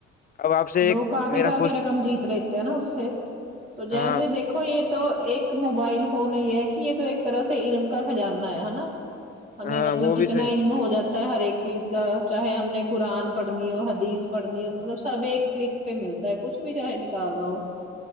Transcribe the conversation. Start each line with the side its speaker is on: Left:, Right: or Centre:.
Left: اب آپ سے ایک
Right: لوگ کافی
Left: میرا
Right: کافی
Left: کچھ
Right: رقم جیت لیےتے نا اس سے تو
Left: ہاں
Right: جیسے دیکھو یہ تو ایک موبائل فون یہ ہے کہ یہ تو ایک طرح سے علم کا خزانہ ہے ہے نا ہمیں
Left: ہاں
Right: مطلب
Left: وہ بھی
Right: کتنا
Left: صحیح
Right: علم ہو جاتا ہے ہر ایک چیز کا چاہے ہم نے قرآن پڑھنی ہو حدیث پڑھنی ہو مطلب سب ایک کلک پہ ملتا ہے کچھ بھی چاہے نکالنا ہو